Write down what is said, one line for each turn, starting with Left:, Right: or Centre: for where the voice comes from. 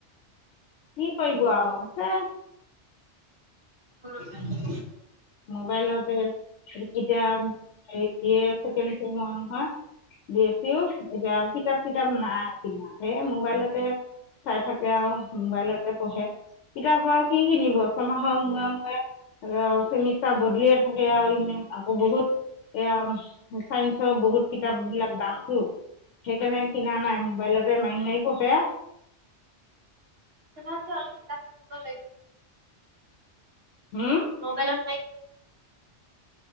Left: কি কৰি গোৱা হ আহ
Right: উম
Left: মোবাইলতে কিতাপে হয় চিও এতিয়া কিতাপ কিতাপ নাই কিনা সে মোবাইলতে চাই থাকে আৰু মোবাইলতে পঢ়ে। কিতাপ পৰা কি কিনিব চ <inaudible> হ আ চিনি বতা বদলিয়ে থাকে আৰু আকৌ বহুত এয়া ছাইন্সৰ বহুত কিতাপ বিলাক। দামতটো সেইকাৰণে কিনা নাই মোবাইলত। মোকে মাৰি মাৰি পঢ়ে আও
Right: সহতো অলপ কিতাপ কিনিব লাগিব।
Left: হম
Right: মোবাইলত নাই